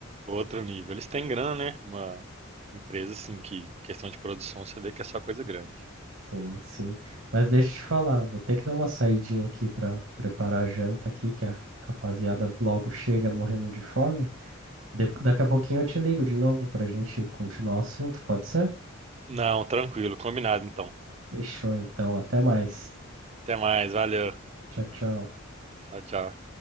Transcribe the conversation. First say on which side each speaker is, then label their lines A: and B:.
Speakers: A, on the right (about 30°); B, on the right (about 65°).
A: Outro nível. Eles têm grana, né? Uma empresa, assim, que em questão de produção, você vê que é só coisa grande.
B: Sim, sim. Mas deixa eu te falar, vou ter que dar uma saidinha aqui pra preparar a janta aqui, que a rapaziada logo chega morrendo de fome. De- daqui a pouquinho eu te ligo de novo pra gente continuar o assunto, pode ser?
A: Não, tranquilo. Combinado, então.
B: Fechou então, até mais.
A: Até mais. Valeu.
B: Tchau, tchau.
A: Tchau, tchau.